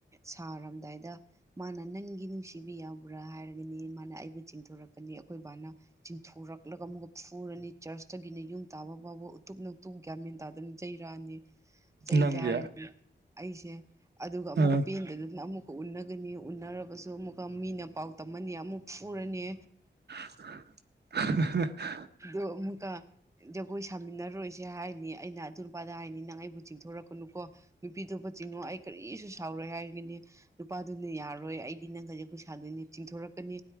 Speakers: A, on the right (about 15°); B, on the right (about 60°).
A: ꯁꯥꯔꯝꯗꯥꯏꯗ ꯃꯥꯅ ꯅꯪꯒꯤ ꯅꯨꯡꯁꯤꯕ ꯌꯥꯎꯕ꯭ꯔꯥ ꯍꯥꯏꯔꯒꯅꯤ ꯃꯥꯅ ꯑꯩꯕꯨ ꯆꯤꯡꯊꯣꯔꯛꯀꯅꯤ ꯑꯩꯈꯣꯏꯕꯥꯅ ꯆꯤꯡꯊꯣꯔꯛꯂꯒ ꯑꯃꯨꯛꯀ ꯐꯨꯔꯅꯤ ꯆꯔꯁꯇꯒꯤꯅ ꯌꯨꯝ ꯇꯥꯕ ꯐꯥꯎꯕ ꯎꯇꯨꯞ ꯅꯇꯨꯞ ꯒ꯭ꯌꯥꯃꯦꯟ ꯇꯥꯗꯅ ꯌꯩꯔꯛꯑꯅꯤ ꯆꯩ
B: ꯅꯪꯒꯤ
A: ꯌꯥꯔꯤꯅꯤ ꯑꯩꯁꯦ ꯑꯗꯨꯒ ꯑꯃꯨꯛꯀ
B: ꯑ
A: ꯄꯦꯟꯗꯗꯅ ꯑꯃꯨꯛ ꯀ ꯎꯅꯒꯅꯤ ꯎꯟꯅꯔꯕꯁꯨ ꯑꯃꯨꯛꯀ ꯃꯤꯅ ꯄꯥꯎ ꯇꯝꯃꯟꯅꯤ ꯑꯃꯨꯛ ꯐꯨꯔꯅꯤ
B: <unintelligible>
A: ꯑ ꯑꯃꯨꯛꯀ ꯖꯒꯣꯏ ꯁꯥꯃꯤꯟꯅꯔꯣꯏꯁꯦ ꯍꯥꯏꯅꯤ ꯑꯩꯅ ꯑꯗꯨ ꯅꯨꯄꯥꯗ ꯍꯥꯏꯅꯤ ꯅꯪ ꯑꯩꯕꯨ ꯆꯤꯡꯊꯣꯔꯛꯀꯅꯨꯀꯣ ꯅꯨꯄꯤꯗꯣꯕꯨ ꯆꯤꯡꯉꯣ ꯑꯩ ꯀꯔꯤꯁꯨ ꯁꯥꯎꯔꯣꯏ ꯍꯥꯏꯔꯒꯅꯤ ꯅꯨꯄꯥꯗꯨꯅ ꯌꯥꯔꯣꯏ ꯑꯩꯗꯤ ꯅꯪ ꯈ ꯑꯩꯈꯣꯏ ꯁꯥꯥꯟꯗꯣꯏꯅꯦ ꯆꯤꯡꯊꯣꯔꯛꯀꯅꯤ